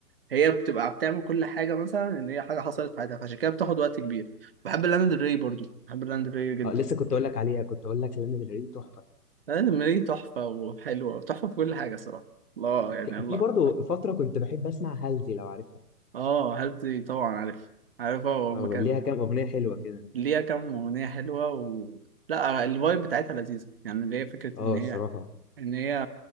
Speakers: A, on the right; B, on the left.
A: هي بتبقى بتعمل كل حاجه مثلا ان هي حاجه حصلت في حياتها فعشان كده بتاخد وقت كبير بحب لانا دري برضو بحب لانا دري جدا
B: اه لسه كنت اقول لك عليها كنت اقول لك لانا ديل ري تحفه
A: لانا دري تحفه وحلوه تحفه في كل حاجه صراحه الله
B: ك-
A: يعني الله
B: في برضو فتره كنت بحب اسمع هالزي لو عارفها
A: اه هل طبعا عارف عارف هو المكان
B: اه ليها كام اغنيه حلوه كده
A: ليها كام أغنية حلوة و لا الفايب بتاعتها لذيذة يعني اللي هي فكرة
B: اه
A: إن هي
B: الصراحه
A: إن هي